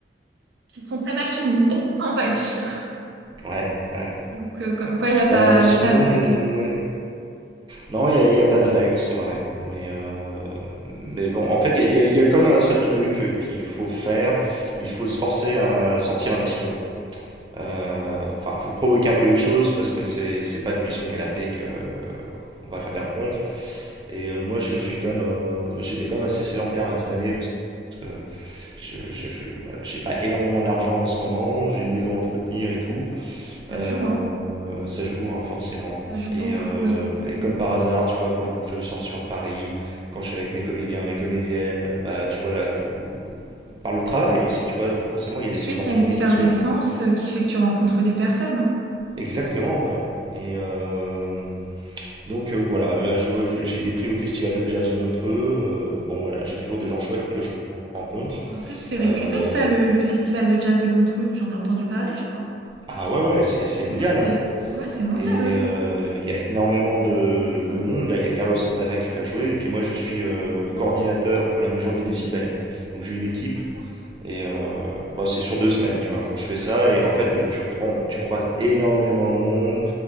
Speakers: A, on the right; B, on the right.
A: qui sont pas mal finies, <laughs> on va dire.
B: ouais, ouais.
A: Donc, euh, comme quoi, il n'y a pas,
B: Bah souvent,
A: il a pas de règle.
B: ouais, Non, il n'y a, il y a pas de règle, c'est vrai. Mais, euh, mais bon, en fait, il y a, il y a- comme un seul truc euh, qu'il faut faire. Il faut se forcer à sortir un petit peu. Euh, Enfin, il faut provoquer un peu les choses parce que c'est c'est pas depuis son canapé que euh, on va faire des rencontres. Et euh,
A: C'est
B: moi,
A: sûr.
B: je suis quand même, euh, j'étais quand même assez sédentaire euh, cette année parce que je, je, je- voilà, j'ai pas énormément d'argent en ce moment. J'ai une maison à entretenir et tout.
A: Ça
B: Euh,
A: joue, hein.
B: ça joue, hein, forcément.
A: Ça joue
B: Et,
A: beaucoup,
B: euh,
A: oui.
B: et
A: Tout
B: comme par hasard, tu vois, quand je sors sur Paris, quand je suis avec mes comédiens, mes comédiennes, bah tu vois là, tout... par le travail aussi, tu vois, forcément, il y
A: de
B: a des
A: suite,
B: opportunités
A: il y a une effervescence
B: qui s'ouvrent.
A: euh, qui fait que tu rencontres des personnes.
B: Exactement, ouais. Et euh, donc euh, voilà, là, je vois, je- j'ai des prix au Festival de Jazz de Montreux. euh, bon, voilà, j'ai toujours des gens chouettes que je rencontre.
A: En plus, c'est réputé,
B: Euh,
A: ça, le, le festival de jazz de Montreux. J'en ai entendu parler, je crois.
B: ah ouais, ouais, c'est c'est mondial.
A: Oui, oui, c'est ouais, c'est mondial,
B: Et
A: oui.
B: euh, il y a énormément de, de monde. Là, il y a Carlos Santana qui va jouer. Et puis moi, je suis euh,
A: Oui,
B: coordinateur pour la mesure des décibels. Donc j'ai une équipe.
A: d'accord.
B: Et euh, bah, c'est sur deux semaines, tu vois. Je fais ça et en fait, tu, crois, tu croises énormément de monde.